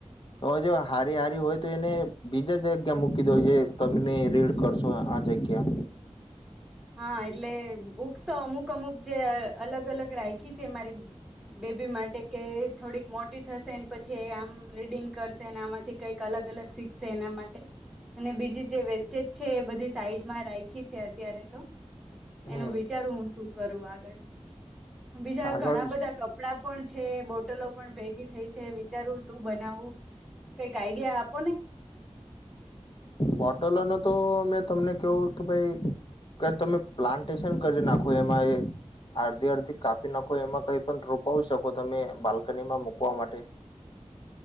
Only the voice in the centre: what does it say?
હા એટલે બુક્સ તો અમુક અમુક જે અલગ અલગ રાખી છે મારી બેબી માટે કે થોડીક મોટી થશે પછી એ આમ રીડિંગ કરશેને આમાંથી કંઈક અલગ અલગ શીખશે એના માટે અને બીજી જે વેસ્ટેજ છે એ બધી સાઈડમાં રાખી છે અત્યારે તો
એનું વિચારું હું શું કરું આગળ બીજા
ઘણા બધા કપડાં પણ છે બોટલો પણ ભેગી થઈ છે વિચારવું શું બનાવું કઈક આઈડિયા આપોને.